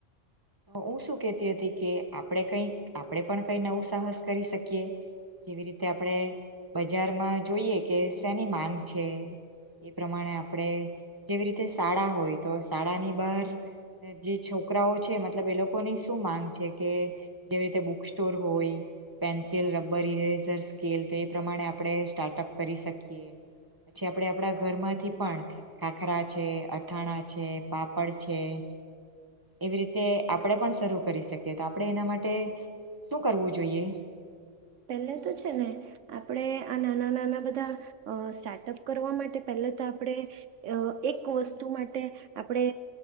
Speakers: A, on the right (about 15°); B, on the right (about 80°).
A: હું શું કેતી હતી કે આપણે કઈક આપણેે પણ કઈ નવું સાહસ કરી શકીએ જેવી રીતે આપણે બજારમાં જોઈએ કે શેની માંગ છે એ પ્રમાણે આપણે જેવી રીતે શાળા હોય તો શાળા ની બહાર જે છોકરાઓ છે મતલબ એ લોકોની શું માંગ છે કે જેવી રીતે બુક સ્ટોર હોય પેન્સિલ રબર ઇરેઝર સ્કેલ તો એ પ્રમાણે આપણે સ્ટાર્ટઅપ કરી શકીએ પછી આપણે આપણા ઘરમાંથી પણ ખાખરા છે અથાણા છે પાપડ છે એવી રીતે આપણે પણ શરૂ કરી શકીએ તો આપણેે એના માટે શું કરવું જોઈએ
B: પહેલે તો છે ને આપણે આ નાના નાના બધા સ્ટાર્ટઅપ કરવા માટે પહેલે તો આપણે એક વસ્તુ માટે આપણે